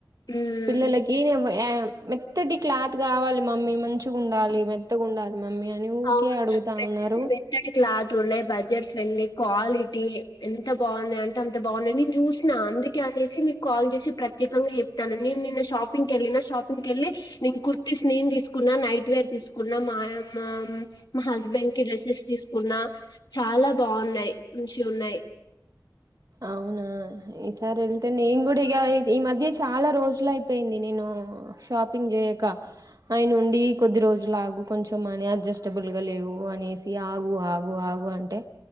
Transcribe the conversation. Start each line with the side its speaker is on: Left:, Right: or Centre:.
Left: హ్మ్.
Right: పిల్లలకి వ్ య్ మెత్తటి క్లాత్ కావాలి మమ్మీ మంచిగా ఉండాలి మెత్తగా ఉండాలి మమ్మీ అని ఊకే
Left: అవును
Right: అడుగుతా ఉన్నారు
Left: మెత్తటి క్లాత్ తున్నాయి బడ్జెట్ ఫ్రెండ్లీ క్వాలిటీ ఎంత బాగున్నాయ్ అంటే అంత బాగున్నాయ్ నేను చూసిన అందుకే అనేసి మీకు కాల్ చేసి ప్రత్యేంగా చెప్తాన నీను నిన్న షాపింగ్ కెళ్ళినా షాపింగ్ కెళ్ళి నేను తీసుకున్నా నైట్ వేర్ తీసుకున్నా మా మా మా హస్బెండ్ కి డ్రెస్సెస్ తీసుకున్నా చాలా బాగున్నాయి మంచిగున్నాయి
Right: అవునా ఈసారి వెళ్తే నీను కూడా ఇగ ఈ మధ్య చాలా రోజులు అయిపోయింది నేను షాపింగ్ చేయక ఆయన ఉండి కొద్ది రోజులు లాగు కొంచెం మని అడ్జస్టబుల్ గా లేవు అనేసి ఆగు ఆగు ఆగు అంటే